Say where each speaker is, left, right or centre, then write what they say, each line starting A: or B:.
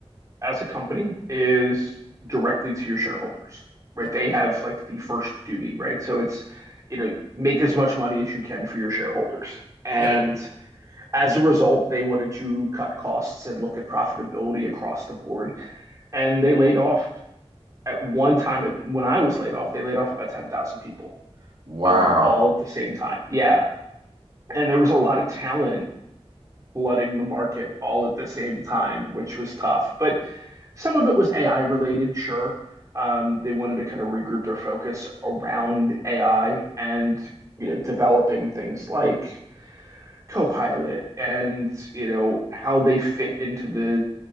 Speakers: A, on the right (about 30°); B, on the right (about 55°).
A: as a company is directly to your shareholders, right?
B: Yeah.
A: They have like the first duty, right? So it's, you know, make as much money as you can for your shareholders. And
B: Yeah.
A: as a result, they wanted to cut costs and look at profitability across the board. And they laid off at one time, at, when I was laid off, they laid off about 10,000 people
B: Wow.
A: um, all at the same time. Yeah. And
B: Wow.
A: there was a lot of talent flooding the market all at the same time, which was tough. But Some of it was AI related, sure. Um, they wanted to kind of regroup their focus around AI and, you know, developing things like Copilot and, you know, how they fit into the